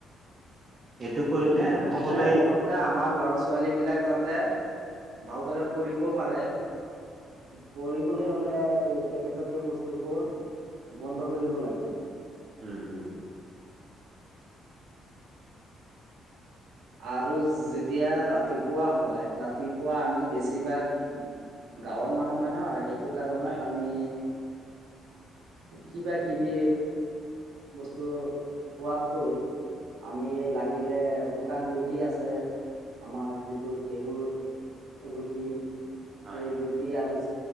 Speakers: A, on the right; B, on the right.
A: এইটো কৰিলে
B: মানে মুঠতে
A: সকলোৱে
B: মুঠতে আমাৰ ল'ৰা ছো ছোৱালী বিলাক যাতে ভালদৰে পঢ়িব পাৰে। পঢ়িবলৈ, হলে এই পেকেট জাতীয় বস্তুবোৰ বন্ধ কৰিব লাগিব।
A: উম উম উম।
B: আৰু যেতিয়া ৰাতিপুৱা হয়, ৰাতিপুৱা আমি বেছিভাগ গাঁৱৰ মানুহ হয় ন, সেইটো কাৰণত
A: হয়
B: আমি কিবা কিবি বস্তু খোৱাতকৈ, আমি লাগিলে শুকান ৰুটি আছে, আমাৰ যিটো গেহু ৰুটি
A: হয়
B: এই ৰুটি আৰু